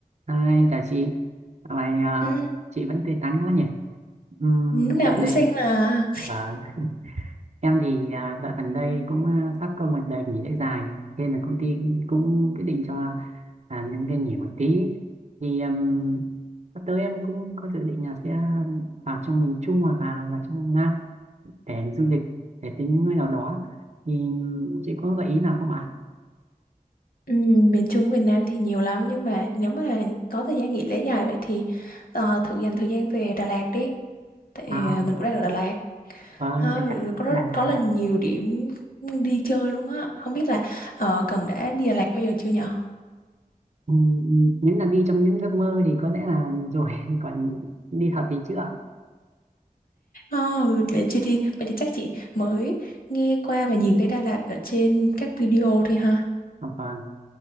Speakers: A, on the right (about 50°); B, on the left (about 70°).
A: hai chào chị. Dạo này à,
B: Ừ,
A: chị vẫn tươi tắn quá nhỉ? Um,
B: lúc nào
A: dạo
B: cũng
A: này
B: xinh mà.
A: à, em thì à, dạo gần đây cũng à, sắp có một đợt nghỉ lễ dài, nên là công ty cũng, cũng quyết định cho à, nhân viên nghỉ một tí. Thì ừm, sắp tới em cũng có dự định là sẽ vào trong miền Trung hoặc là vào trong Nam để du lịch, để tính nơi nào đó. Thì ừm, chị có gợi ý nào không ạ?
B: Ừ, miền Trung Việt Nam thì nhiều lắm nhưng mà nếu mà có thời gian nghỉ lễ dài vậy thì ờ, thử dành thời gian về Đà Lạt đi. Tại
A: Wow,
B: ờ, mình cũng đang ở Đà Lạt.
A: vâng,
B: Ha,
A: anh ạ.
B: có rất,
A: Đà Lạt
B: có là
A: ạ.
B: nhiều điểm đi chơi luôn á. Không biết là ờ, Cần đã đi Đà Lạt bao giờ chưa nhở?
A: Ừ, nếu là đi trong những giấc mơ thì có lẽ là rồi <laughs> còn đi thật thì chưa à,
B: Oh, để chưa đi. Vậy thì chắc chị mới nghe qua và nhìn thấy Đà Lạt ở trên các video thôi ha.
A: vâng